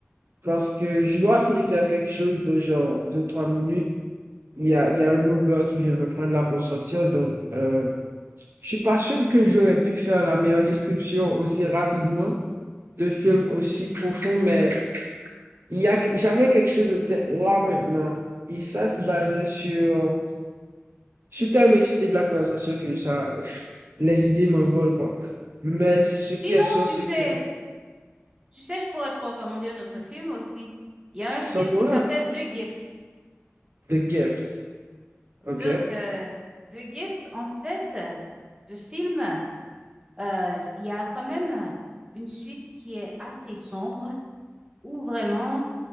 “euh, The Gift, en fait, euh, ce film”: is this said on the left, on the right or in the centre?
Right